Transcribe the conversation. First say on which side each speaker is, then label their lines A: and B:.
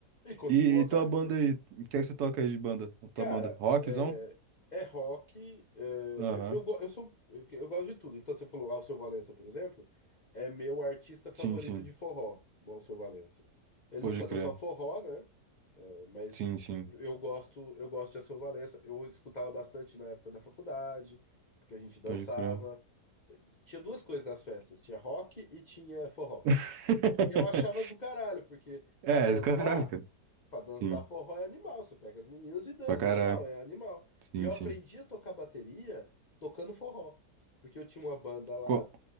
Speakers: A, on the left; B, on the right.
A: E continuou
B: E, e
A: a
B: tua
A: carreira.
B: banda aí? O que é que você toca aí de banda? Tua
A: Cara,
B: banda? Rockzão?
A: é, é rock. é,
B: Aham.
A: eu, eu, go- eu sou, eu, eu gosto de tudo. Então, você falou Alceu Valença, por exemplo, é meu artista favorito
B: Sim, sim.
A: de forró, o Alceu Valença. Ele
B: Pode
A: não canta
B: crer.
A: só forró, né? É, mas
B: Sim, sim.
A: eu gosto, eu gosto de Alceu Valença. Eu escutava bastante na época da faculdade, porque a gente dançava.
B: Pode crer.
A: Tinha duas coisas nas festas: tinha rock e tinha forró.
B: <laughs>
A: E eu achava do caralho, porque
B: É,
A: pra dançar,
B: do caralho, cara.
A: pra dançar
B: Sim.
A: forró é animal. Você pega as meninas e dança
B: Pra caralho.
A: tal, é animal.
B: Sim,
A: E eu
B: sim.
A: aprendi a tocar bateria tocando forró. Porque eu tinha uma banda lá.
B: Co-